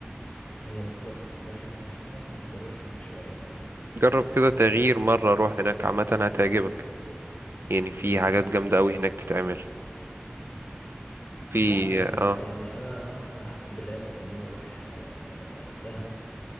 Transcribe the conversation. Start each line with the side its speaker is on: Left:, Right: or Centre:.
Left: هي مطروح والساحل فعشان كده كنت بروح هناك شوية فاهم
Right: جرب كده تغيير مره روح هناك عامه هتعجبك يعني في حاجات جامده قوي هناك تتعمل في
Left: لا أنا أنا
Right: اه
Left: يعني أنا أنا أصلا حاطط بلان إن أنا أروح آه، دهب